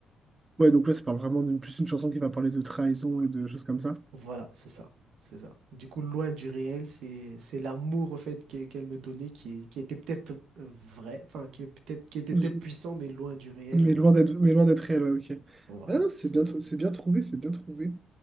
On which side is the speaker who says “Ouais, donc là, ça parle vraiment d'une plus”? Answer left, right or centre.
Right